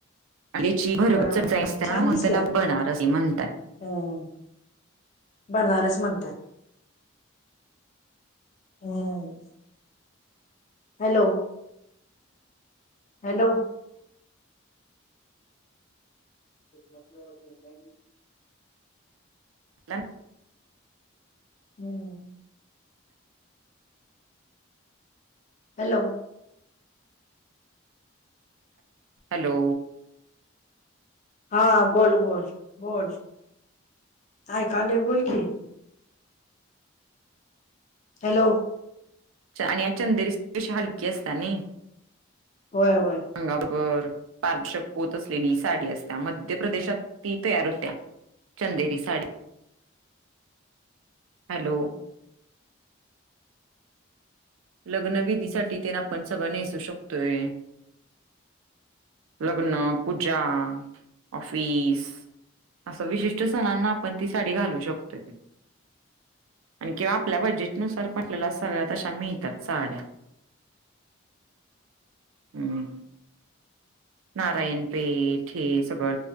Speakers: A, on the right (about 80°); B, on the left (about 35°).
A: आणिची भरग
B: होय होय
A: जासते
B: होय
A: ना
B: छान
A: म्हण
B: दिसत्या
A: त्याला बनारस म्हणतात.
B: हम्म बनारस म्हणतात. हम्म हॅलो. हॅलो. मज म
A: म्हटलं ना,
B: हम्म. हॅलो.
A: हॅलो.
B: हा बोल बोल बोल ऐकाले बोल की हॅलो.
A: आणि या चंदेरी कशी हलकी असतात ना.
B: होय होय.
A: अंगा बरोबर पारदर्शक पोत असलेली साडी असत्या मध्य प्रदेशात ती तयार होत्या. चंदरी साडी हॅलो लग्न विधीसाठी ते आपण सगळं नेसू शकतोय. लग्न, पूजा, ऑफिस असं विशिष्ट सणांना आपण ती साडी घालू शकतोय. आणि किंवा आपल्या बजेटनुसार पटलेला सगळ्या तशा मिळतात. साड्या ह नारायणपेठ हे सगळ